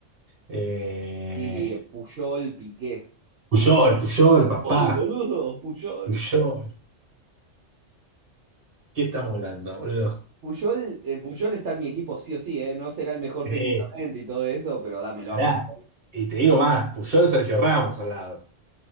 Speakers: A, on the right; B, on the right.
A: Eh,
B: Y eh, Puyol Piqué.
A: Puyol, Puyol, papá.
B: Puyol, boludo, Puyol.
A: Puyol. ¿Qué estamos hablando, boludo?
B: Puyol, eh, Puyol está en mi equipo sí o sí, ¿eh? No será el mejor
A: Eh,
B: técnicamente y todo eso, pero dámelo
A: pará.
B: a Puyol.
A: Y te digo más, Puyol, Sergio Ramos al lado.